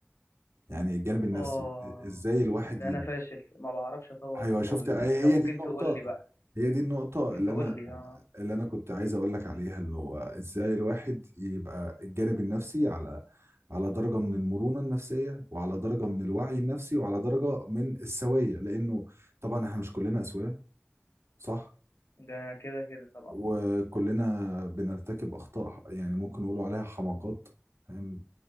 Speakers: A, on the right; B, on the left.
A: يعني الجانب النفسي
B: اه
A: ازاي الواحد
B: ده
A: ي...
B: انا فاشل ما بعرفش اطور
A: ايوه
B: فيه خالص
A: شفت هي
B: يعني انت
A: هي
B: ممكن
A: دي النقطه
B: تقول لي بقى
A: هي دي النقطه
B: ممكن
A: اللي
B: تقول
A: انا
B: لي اه
A: اللي انا كنت عايز اقول لك عليها اللي هو ازاي الواحد يبقى الجانب النفسي على على درجه من المرونه النفسيه وعلى درجه من الوعي النفسي وعلى درجه من السويه لانه طبعا احنا مش كلنا اسويه صح
B: ده كده كده طبعا
A: وكلنا بنرتكب اخطاء يعني ممكن نقولوا عليها حماقات فاهم